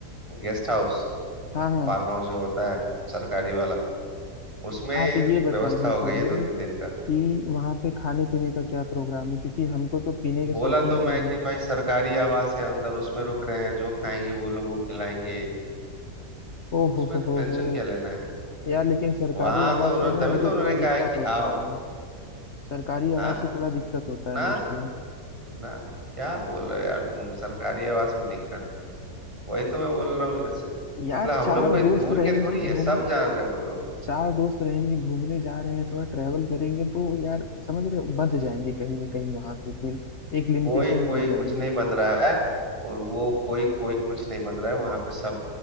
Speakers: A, on the right; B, on the left.
A: गेस्ट हाउस
B: हाँ हाँ
A: फार्म हाउस जो होता है सरकारी वाला उसमें
B: आप ये बताइए
A: व्यवस्था हो गई
B: पहले
A: है दो तीन दिन का
B: कि वहाँ पे खाने पीने का क्या प्रोग्राम है क्योंकि हमको तो पीने के
A: बोला
B: शौकीन
A: तो मैं
B: है हम
A: कि भाई सरकारी आवास है अंदर उसमें रुक रहे हैं जो खाएंगे वो लोगों को खिलाएंगे
B: ओ हो
A: उसमें
B: हो हो
A: टेंशन
B: हो
A: क्या लेना है
B: यार लेकिन सरकारी
A: वहां
B: आवाज
A: तो उन्होंने
B: से ना
A: तभी
B: मुझे
A: तो उन्होंने
B: थोड़ा
A: कहा
B: दिक्कत
A: है कि
B: होता
A: आओ
B: है सरकारी
A: हाँ
B: आवाज से थोड़ा दिक्कत होता
A: ना
B: है मुझको
A: ना ना क्या बोल रहे हो यार तुम सरकारी आवास में दिक्कत वही तो मैं बोल रहा हूँ ऐसे
B: यार
A: मतलब हम
B: चार
A: लोग कोई
B: दोस्त
A: दूर
B: रहेंगे
A: के थोड़ी है
B: घूमने
A: सब जान रहे हैं वो लोग
B: चार दोस्त रहेंगे घूमने जा रहे हैं थोड़ा ट्रेवल करेंगे तो यार समझ रहे हो बंध जाएंगे कहीं ना कहीं वहां पे फिर एक लिमिटेशन
A: कोई कोई
B: में हो
A: कुछ
B: जाएंगे
A: नहीं बन रहा है और वो कोई कोई कुछ नहीं बन रहा है वहां पे सब